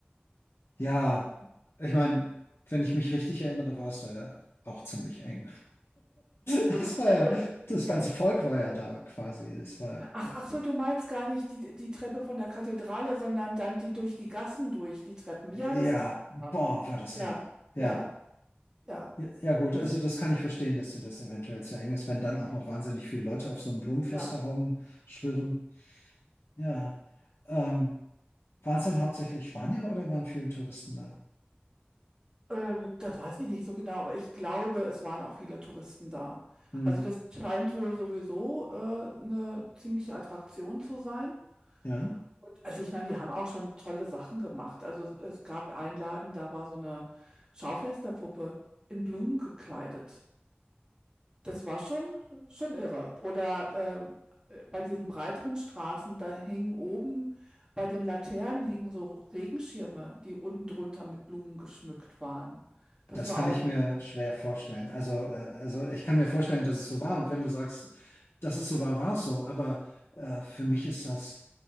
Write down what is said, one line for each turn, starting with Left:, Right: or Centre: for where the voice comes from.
Left: Ja, ich meine, wenn ich mich richtig erinnere, war es da ja auch ziemlich eng. <laughs> Das
Right: Ja, die
Left: war
Right: Treppe
Left: ja, das ganze Volk war ja da quasi. Das war.
Right: Ach, ach so, du meinst gar nicht die, die Treppe von der Kathedrale, sondern dann die durch die Gassen durch, die Treppen. Ja,
Left: Ja,
Right: das ist
Left: boah,
Right: einfacher.
Left: war das eng.
Right: Ja, ja,
Left: Ja.
Right: ja.
Left: Ja, ja gut,
Right: Das,
Left: also das kann ich verstehen, dass dir das eventuell zu eng ist, wenn dann auch noch wahnsinnig viele Leute auf so einem Blumenfest
Right: ja.
Left: da rumschwirren. Ja. Ähm, waren es dann hauptsächlich Spanier oder waren viele Touristen da?
Right: Ähm, das weiß ich nicht so genau, aber ich glaube, es waren auch viele Touristen da.
Left: Hm,
Right: Also das scheint wohl sowieso äh, eine ziemliche Attraktion zu sein.
Left: ja,
Right: Und also ich meine, die haben auch schon tolle Sachen gemacht. Also es, es gab einen Laden, da war so eine Schaufensterpuppe in Blumen gekleidet. Das war schon schon irre. Oder, äh, bei diesen breiteren Straßen, da hingen oben bei den Laternen hingen so Regenschirme, die unten drunter mit Blumen geschmückt waren. Das
Left: das
Right: war
Left: kann
Right: auch
Left: ich mir schwer vorstellen. Also, äh, also ich kann mir vorstellen, dass es so war. Und wenn du sagst, dass es so war, war es so. Aber äh, für mich ist das,